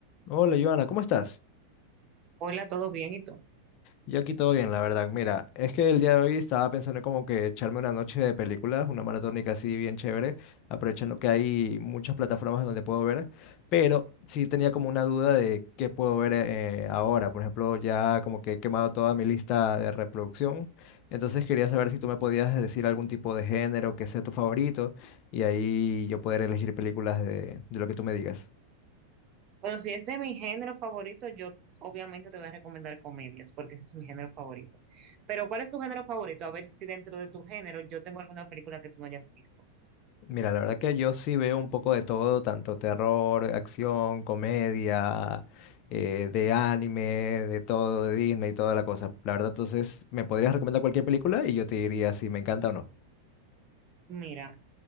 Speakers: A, on the left; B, on the right.
A: Hola, Joana, ¿cómo estás?
B: Hola, ¿todo bien? ¿Y tú?
A: Yo aquí todo bien, la verdad. Mira, es que el día de hoy estaba pensando como que echarme una noche de películas, una maratónica así bien chévere, aprovechando que hay muchas plataformas donde puedo ver, pero sí tenía como una duda de qué puedo ver eh, ahora. Por ejemplo, ya como que he quemado toda mi lista de reproducción, entonces quería saber si tú me podías decir algún tipo de género que sea tu favorito y ahí yo poder elegir películas de, de lo que tú me digas.
B: Bueno, si es de mi género favorito, yo obviamente te voy a recomendar comedias, porque ese es mi género favorito. Pero, ¿cuál es tu género favorito? A ver si dentro de tu género yo tengo alguna película que tú no hayas visto.
A: Mira, la verdad que yo sí veo un poco de todo, tanto terror, acción, comedia, eh, de anime, de todo, de Disney y toda la cosa. La verdad, entonces, ¿me podrías recomendar cualquier película y yo te diría si me encanta o no?
B: Mira,